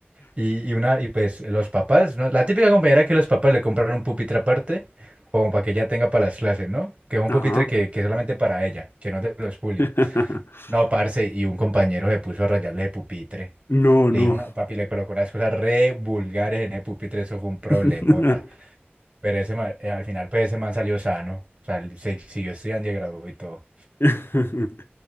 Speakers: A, on the right; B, on the left.
A: Y, y una, y pues los papás, ¿no? La típica compañera que los papás le compraron un pupitre aparte, como para que ella tenga para las clases, ¿no? Que es un
B: ajá.
A: pupitre que, que es solamente para ella, que no es de los públicos.
B: <laughs>
A: No, parce, y un compañero se puso a rayarle de pupitre.
B: No,
A: Le
B: no.
A: dijo una, papi, le colocó unas cosas re vulgares en el pupitre, eso fue un problemota.
B: <laughs>
A: Pero ese ma- eh, al final, pues ese man salió sano. O sea, él se siguió estudiando y se graduó y todo.
B: <laughs>